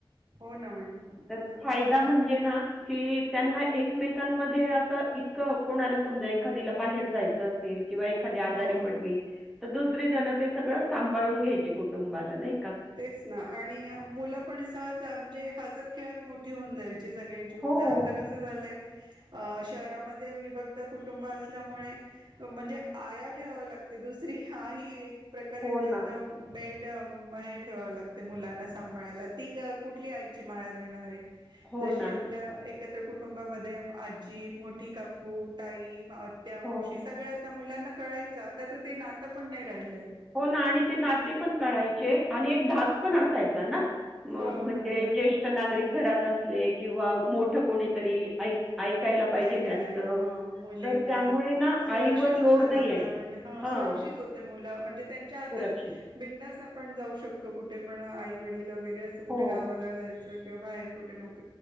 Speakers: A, on the right; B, in the centre.
A: हो ना मॅडम
B: तर फायदा म्हणजे ना की. की त्यांना एकमेकांमध्ये असं इतकं कोणाला समजा एखादीला बाहेर जायचं असेल किंवा एखादी आजारी
A: हो
B: पडली, तर दुसरी जण ते सगळं सांभाळून घ्यायची कुटुंबाला नाही. का?
A: तेच ना आणि मुलं पण सहज म्हणजे हसत खेळत मोठी होऊन जायची. सगळ्यांची
B: हो.
A: मुलं आता कसं झालंय अ शहरामध्ये विभक्त कुटुंब असल्यामुळे म्हणजे आया ठेवाव्या लाग ते दुसरी आई एक प्रकारे
B: हो ना,
A: त्या मेड म हे ठेवावं लागते मुलांना सांभाळायला ती क कुठली आईची माया देणारे.
B: हो
A: जशी
B: ना.
A: आपल्या एक एकत्र कुटुंबामध्ये आजी, मोठी काकू, ताई आत्या, मावशी,
B: हो.
A: सगळ्या त्या मुलांना कळायचं आता तर ते नातं पण नाही राहिलंय.
B: हो ना आणि ते नाते पण कळायचे आणि एक धाक पण असाय चा ना म्हणजे
A: हो, बरोबर
B: ज्येष्ठ
A: आहे.
B: नागरिक घरात असले किंवा मोठ कोणीतरी ऐक. ऐकायला पाहिजे
A: ऐकणारे
B: त्यांचं.
A: हा मुलींना
B: तर त्यामुळे ना
A: सुरक्षित
B: आईवर लोड
A: होत नातं
B: नाही आहे.
A: म्हण हं.
B: हां,
A: सुरक्षित होते मुलं. म्हणजे त्यांच्या हातात
B: सुरक्षित.
A: बिंदास्त आपण जाऊ शकतो कुठे पण आई वडील वगैरे. असं कुठे
B: हो.
A: गावाला जायचं, किंवा बाहेर कुठे नोक